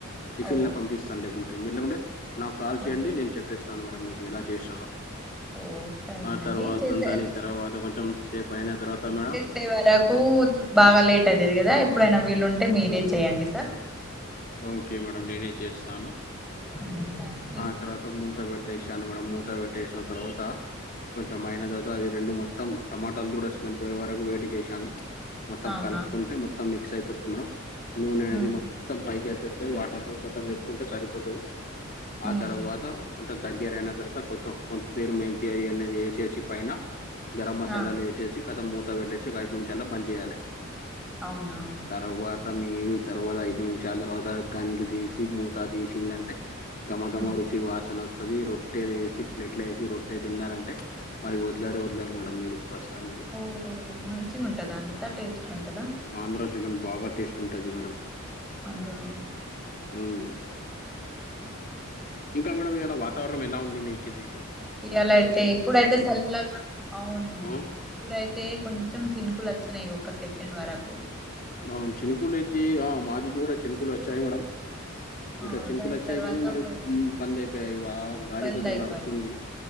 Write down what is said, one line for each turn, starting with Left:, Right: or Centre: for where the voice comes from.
Left: టిఫిన్
Centre: ఓహ్!
Left: లో పంపిస్తాను లే మిల్లు నాకు కాల్ చేయండి
Centre: ఓకే.
Left: నేను చెప్పేస్తాను మేడం మీకు ఎలా చేసుడొ
Centre: ఓహ్! సరేనండి.
Left: ఆ తర్వాత
Centre: చేసే
Left: దాని తర్వాత కొంచెం సేప్ అయిన తర్వాత మేడం
Centre: <unintelligible> బాగా లేట్ అయ్యేది కదా ఎప్పుడైనా వీలు ఉంటే మీరే చెయండి సార్
Left: ఓకే మేడం నేనే చేస్తాను
Centre: <inaudible>
Left: ఆ తర్వాత మూత పెట్టేసాను మేడం మూత పెట్టేసిన తర్వాత కొంచెంమైనద అది రెండు మొత్తం టమాటాలు కూడా స్మెల్ పోయే వరకు వేట్ చేశాను మొత్తం
Centre: అవునా
Left: కలుపుకుంటే మ మొత్తం మిక్స్ అయిపోతుంది మేడం నూనె అనేది
Centre: ఉమ్
Left: మొత్తం మొత్తం పైకి వచ్చేస్తయి వాటర్ కొంత పెట్టుకుంటే సరిపోతది ఆ
Centre: ఉహు
Left: తర్వాత కొంచెం దగ్గర అయిన తర్వాత కొంచెం కొత్తిమీరి మేంతి అనేది వేసేసి పైన గరం మసాలాలు
Centre: ఆ
Left: వేసేసి కథం మూత పెట్టేసి ఒక ఐదు నిమిషాల్లో బంద్ చేేయాలి
Centre: అవునా
Left: తర్వాత మీరు తరువాత ఐదు నిమిషాల తర్వాత గంజు తీసి మూతా తీసిలంటే గఘమ గఘమ
Centre: ఉమ్
Left: రుచి వాసన వస్తుంది రొట్టె వేసి ప్లేట్ల వేసి రొట్టె తిన్నారంటే మరి వదిలరే వదిలరు మేడం మీరు ప్రస్తుతానికి
Centre: ఓహో మంచిగా ఉంటదా అంతా టేస్ట్ ఉంటందా
Left: ఆంధ్ర చికెన్ బాగా టేస్ట్ ఉంటుది మేడం
Centre: అవునా
Left: మ్మ్ ఇంకా మేడం ఇవాళ వాతావరణం ఎలా ఉంది మీకిది
Centre: ఇయ్యాలయితే ఇప్పుడైతే చల్లగా అవునండి
Left: ఆ
Centre: ఇప్పుడైతే కొంచెం చిన్కులు వచ్చినాయి ఒక సెకండ్ వరకు
Left: అవును చినుకూలు అయితే ఆ మాదికి కూడా చినుకూలు వచ్చాయి మేడం
Centre: ఆ
Left: ఇట్లా చినుకులు
Centre: దాని
Left: వచ్చాయి
Centre: తర్వాత
Left: కానీ మరి
Centre: పోయి-
Left: బంద్ అయిపోయాయి వా గాలి
Centre: బంద్
Left: కొంచెం
Centre: అయిపోయింది
Left: నడుస్తుంది